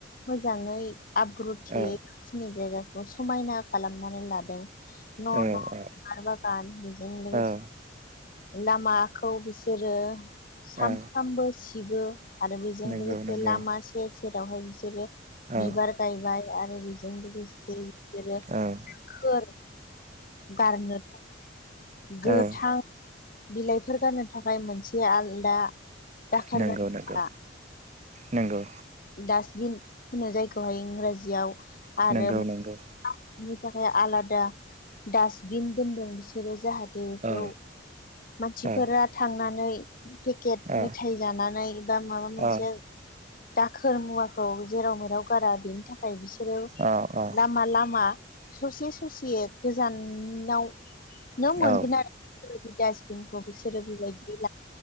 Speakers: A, on the left; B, on the right.
A: मोजाङै आब्रुथियै
B: औ
A: खिनि जायगाखौ समायना खालामनानै लादों न'
B: औ
A: न'
B: औ
A: बिबार बागान बेजों लो
B: औ
A: लामाखौ बिसोरो सामफ्रामबो
B: औ
A: सिबो आरो बेजों
B: नंगौ
A: लोगोसे
B: नंगौ
A: लामा सेर सेरावहाय बिसोरो
B: औ
A: बिबार गायबाय आरो बेजों लोगोसे बिसोरो
B: औ औ
A: फोर गारनो थाखाय गोथां
B: औ
A: बिलाइफोर गाननो थाखाय मोनसे आलदा दाखोर
B: नोंगौ
A: गारग्रा
B: नोंगौ नोंगौ
A: डास्टबिन होनो जायखौहाय इंराजियाव आरो
B: नंगौ नंगौ
A: आनि थाखाय आलादा डास्टबिन दोनदों बिसोरो जाहाथे बे बेखौ
B: औ
A: मानसिफोरा
B: औ
A: थांनानै पेकेट
B: औ
A: मेथाइ जानानै बा माबा मोनसे
B: औ
A: दाखोर मुवाखौ जेराव मेराव गारा बेनि थाखाय बिसोरो
B: औ औ
A: लामा लामा ससे ससे गोजानावनो मोनगोन
B: औ
A: आरो बेबायदि डासबिनखौ बिसोरो बेबायदि